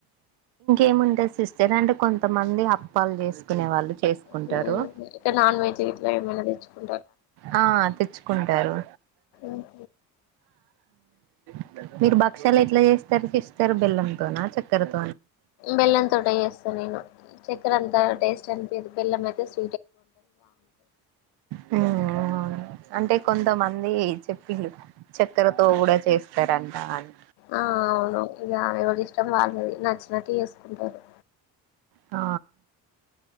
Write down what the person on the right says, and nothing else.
ఏముంటది. సిస్టర్ అంటే కొంతమంది అప్పాలు చేసుకునే వాళ్ళు చేసుకుంటారు
ఆ తెచ్చు కుంటరు
ఉ మీరు భక్షలు ఎట్లా చేస్తారు సిస్టర్ ర్ బెల్లంతోన, చెక్కరతోనా
హ్ హు అంటే కొంతమంది చెప్పి ప్పిళ్ళు చక్కెరతో కూడా చేస్తారంట అని
ఆ